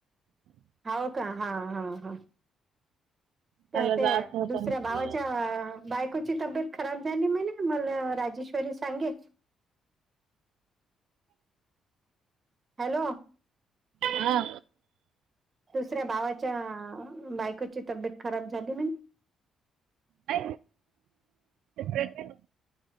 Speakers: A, on the right; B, on the right.
A: होव का हा हा हा. त्या
B: त्याला
A: त्या
B: जायचं होतं
A: दुसऱ्या
B: म्हटलं
A: भावाच्या. बायकोची तब्येत खराब झाली म्ह मला राजेश्वरी सांगे. हॅलो.
B: हा.
A: दुसऱ्या भावाच्या बायकोची तब्येत खराब झाली म
B: अ र